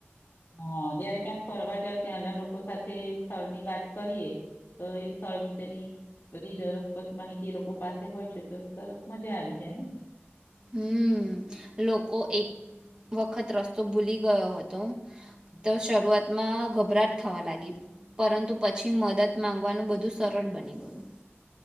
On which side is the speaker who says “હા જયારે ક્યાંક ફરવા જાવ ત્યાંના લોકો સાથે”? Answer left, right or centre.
Left